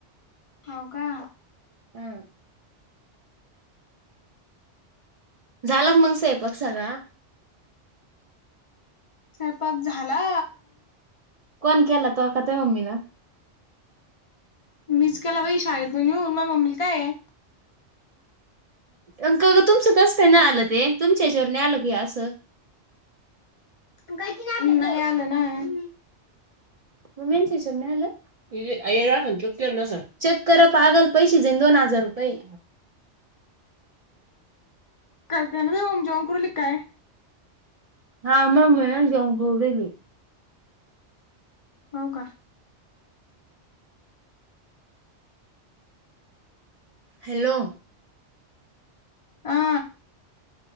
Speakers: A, on the left (about 45°); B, on the right (about 55°).
A: हो का?
B: हम्! झाला का मग स्वयंपाक सगळा?
A: स्वयंपाक झाला.
B: कोण केला? त्वा का तोय मम्मीने?
A: मीच केला बाई, शाळेतून येऊन. मया मम्मीला काय आहे.
B: अंकल तुमचं कसं काय नाही आलं ते, तुमच्या हच्यावर नाही आलं का हे असं?
A: काहीच नाही आलं, नाही आलं ना?
B: मम्मींच्या ह्याच्यावर नाही आलं? येईल असेल, चेक केलं नसन. चेक करा. पागल, पैसे जाईन दोन हजार रुपये.
A: करते ना मी ओम, जेवण करुली काय?
B: हा, मम्मी जेवण करून राहिली.
A: हो का?
B: हॅलो!
A: आ?